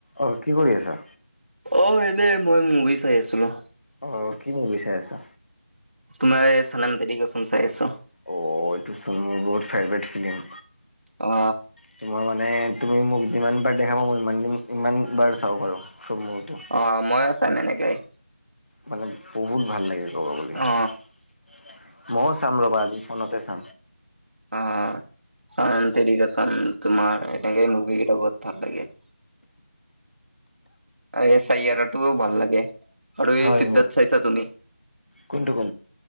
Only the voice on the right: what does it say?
অ এনেই মই মুভি চাই আছিলো।
তোমাৰে ছানাম তেৰি কচম চাই আছোঁ।
অ।
অ ময়ো ছেম এনেকেই।
অ
আ ছানাম তেৰি কছম তোমাৰ এনেকে মুভি কেইটা বহুত ভাল লাগে। এ চাইয়াৰা টো ভাল লাগে। আৰু এই
সিদ্ধাত
চাইছা তুমি